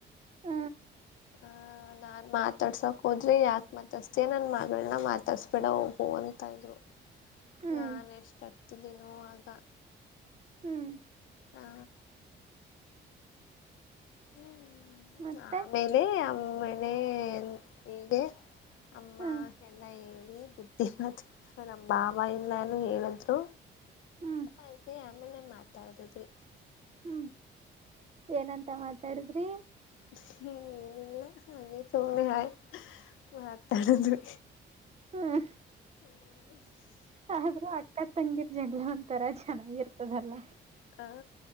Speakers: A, on the right; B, on the left.
A: ಹ.
B: ಹ ನಾನ್ ಮಾತಾಡ್ಸಕ್ ಹೋದ್ರೆ ಯಾಕ ನನ್ ಮಾತಾಡ್ಸ್ತೀಯಾ ನನ್ ಮಗಳನ್ನ ಮಾತಾಡ್ಸ್ಬಿಡ ಹೋಗು ಅಂತ ಅಂದ್ರು.
A: ಹ್ಮ್
B: ನಾನ್ ಇಷ್ಟದ. ತ್ತೆದಿನೋ ಆಗಾ.
A: ಹ್ಮ್.
B: ಹಾ. ನಿನ್ನೇ.
A: ಮತ್ತೆ
B: ಆಮೇಲೆ ಅಂ. ಮನೆ ಏನ್ ಇದೆ. ಅಮ್ಮಾ
A: ಹ್ಮ್
B: ಹೆಣ್ಣೇ ಇವ. ನೀ ಬುದ್ಧಿ ಮತ್ತ ಸ ನಮ್ ಬಾವಾ ಇಲ್ಲಾನು ಹೇಳುದ್ರು
A: ಹ್ಮ್
B: ಆಯಿತಿ ಆಮ್ಮೇಲೆ ಮಾತಾಡಿದ್ವಿ.
A: ಹ್ಮ್. ಏನ ಅಂತ ಮಾತಾಡಿದ್ರಿ.
B: ಕ್ಷಿ ಏನು ಇಲ್ಲ ಹಾಗೆ ಸುಮ್ಮ್ನೆ ಹಾಯ್ ಮಾತಾಡದ್ವಿ.
A: ಹ್ಮ ಆದ್ರೂ ಅಕ್ಕಾತ್. ತಂಗಿರ್ ಜಂಗ. ಎಂಥರಾ ಝನಾ ಇರ್ತದಲ್ಲಾ
B: ಹಾ